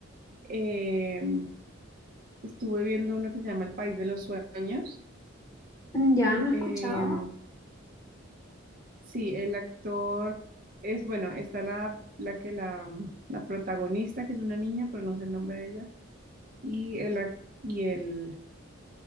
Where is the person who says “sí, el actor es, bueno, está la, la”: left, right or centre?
Right